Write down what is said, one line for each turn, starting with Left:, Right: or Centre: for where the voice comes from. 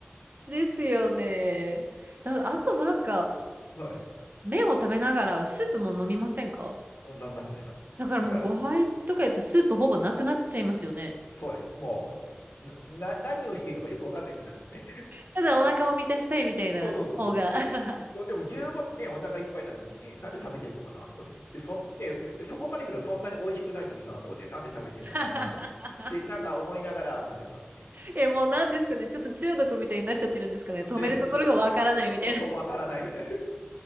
Right: ですよね。だ、あとなんか、
Left: <laughs> はい。
Right: 麺を食べながらスープも飲みませんか
Left: 飲みます、飲みます。
Right: だからもうご飯とかやってスープほぼなくなっちゃいますよね。
Left: だから、そうです。もう、な、な何をしているのかよくわかんなくなるんですね。
Right: ただお腹を満たしたいみたいな方が。
Left: そうそうそう。でも、でも十分ね、お腹いっぱいなのにね、なんで食べてんのかなとかね。で、そん、ね、そこまで来るとそんなに美味しくないのになとかで、なんで食べてんのかなとか。
Right: <laughs>
Left: で、なんか思いながら食べてますね。
Right: え、もうなんですかね。ちょっと中毒みたいになっちゃってるんですかね。止めるところがわからないみたいな。
Left: で、そう、<laughs> うそう、わからないみたい